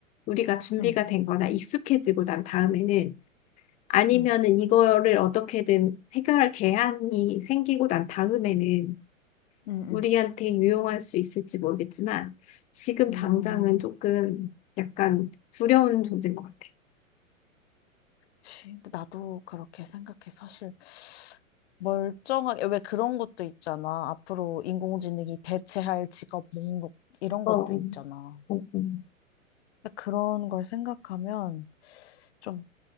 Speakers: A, on the left; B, on the left.
A: 우리가 준비가
B: 응,
A: 된 거나 익숙해지고 난 다음에는 아니면은
B: 응,
A: 이거를 어떻게든 해결할 대안이 생기고 난 다음에는
B: 응,
A: 우리한테 유용할 수 있을지 모르겠지만 지금
B: 응.
A: 당장은
B: 음,
A: 조금 약간 두려운 존재인 것 같아요.
B: 그치. 근데 나도 그렇게 생각해. 사실, 멀쩡하게, 왜 그런 것도 있잖아. 앞으로 인공지능이 대체할 직업 목록, 이런
A: 어,
B: 것도
A: 어,
B: 있잖아.
A: 어, 어.
B: 그런 걸 생각하면, 좀,